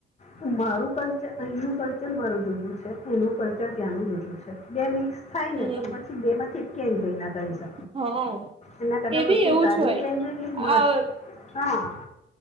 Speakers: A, on the left; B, on the right.
A: તો મારું કલ્ચર અહીનું કલ્ચર મારું જુદું છે એનું કલ્ચર ત્યાંનું જુદું છે બે મિક્સ થાય
B: હમ
A: ને તો પછી બે માંથી કેમ જોઈ ના કરીશ.
B: હા
A: એના કદમ
B: એ બી
A: તુ
B: એવું
A: તારીવીતે
B: જ હોય
A: છે કે મત,
B: આ
A: હા.